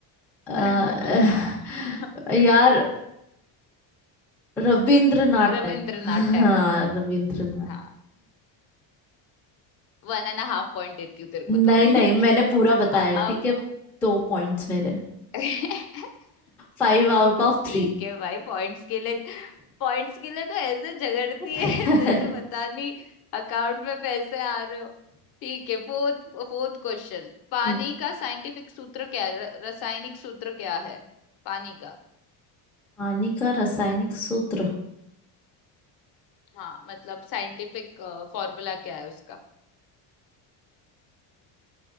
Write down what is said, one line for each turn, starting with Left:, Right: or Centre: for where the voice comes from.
Centre: अ,
Left: <laughs>
Centre: यार रविंद्रनाथ
Left: रविंद्रनाथ
Centre: टैगोर
Left: टैगोर
Centre: हाँ रविंद्रनाथ
Left: हाँ वन एंड हाफ पॉइंट देती हूँ तेरे को तो
Centre: नहीं
Left: अभी
Centre: नहीं मैंने
Left: <laughs>
Centre: पूरा बताया
Left: अब
Centre: ठीक है दो पॉइंट्स मेरे
Left: <laughs>
Centre: Five out of
Left: ठीक
Centre: three
Left: है भाई पॉइंट्स के लिए पॉइंट्स के लिए तो ऐसे झगड़ती है
Centre: <laughs>
Left: <laughs>
Centre: अच्छा
Left: जैसे पता नहीं अकाउंट में पैसे आ रहे हो ठीक है फोर्थ फोर्थ क्वेश्चन पानी
Centre: हम्म,
Left: का साइंटिफिक सूत्र क्या है र- रासायनिक सूत्र क्या है पानी का
Centre: पानी का रासायनिक सूत्र
Left: हाँ मतलब साइंटिफिक फॉर्मूला क्या है उसका